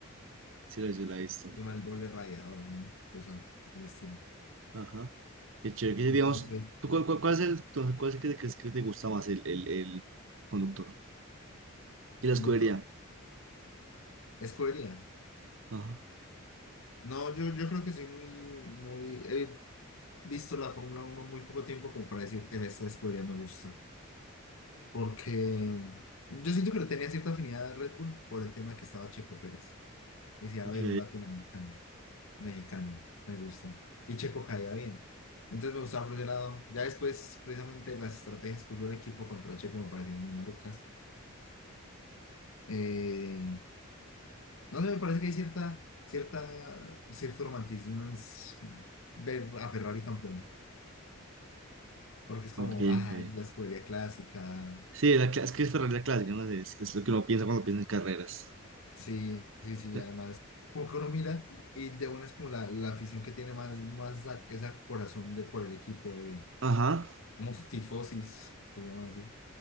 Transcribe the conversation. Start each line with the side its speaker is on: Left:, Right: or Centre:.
Right: sí, sí, la hizo, la he visto.
Left: Con el doble raya, ahora, una cosa del estilo.
Right: Ajá. Qué chévere,
Left: Entonces,
Right: que digamos, ¿tú cuál, cuál, cuál es el, tú- cuál es el que te crees que te gusta más, el, el, el conductor? Y la
Left: conductor,
Right: escudería.
Left: escogería.
Right: Ajá,
Left: No, yo, yo creo que soy muy, muy, he visto la Fórmula uno muy poco tiempo como para decir, en esta escudería me gusta. Porque yo siento que le tenía cierta afinidad a Red Bull por el tema que estaba Checo Pérez. Y decía,
Right: ok,
Left: a ver, un latinoamericano, mexicano, me gusta. Y Checo caía bien. Entonces me gustaba por ese lado. Ya después, precisamente, las estrategias que usó el equipo contra Checo me parecieron muy malucas. eh No sé, me parece que hay cierta, cierta, cierto romanticismo en s- ver a Ferrari campeón, porque es como,
Right: ok,
Left: ah,
Right: ok.
Left: la escudería clásica,
Right: Sí, la, cla- es que es Ferrari la clásica, no sé, es, es lo que uno piensa cuando piensa en carreras.
Left: sí, sí, sí,
Right: Eh,
Left: además, como que uno mira y de una es como la, la afición que tiene más, más a- esa corazón de por el equipo, de
Right: Ajá,
Left: como tifosis, que le llaman así,